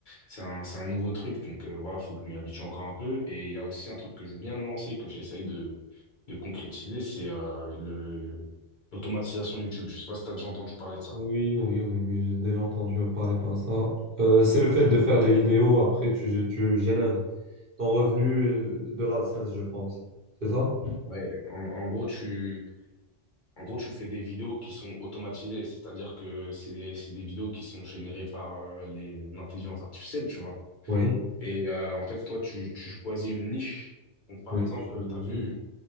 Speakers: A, on the left; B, on the right.
A: c'est un, c'est un nouveau truc, donc euh, voilà, faut que je m'y habitue encore un peu. Et il y a aussi un truc que je viens de lancer, que j'essaye de, de concrétiser, c'est euh, le l'automatisation YouTube. Je sais pas si t'as déjà entendu parler de ça.
B: Oui, oui, oui, oui, j'ai déjà entendu parler par ça. Euh, c'est le fait de faire des vidéos, après tu, tu génères ton revenu euh, de l'AdSense, je pense. C'est ça?
A: Ouais, en, en gros, tu, en gros, tu fais des vidéos qui sont automatisées, c'est-à-dire que c'est des, c'est des vidéos qui sont générées par euh, les, l'intelligence artificielle, tu vois.
B: Oui,
A: Et euh, en fait, toi, tu, tu choisis une niche. Donc, par
B: oui,
A: exemple,
B: je-
A: euh,
B: oui,
A: t'as vu,
B: oui,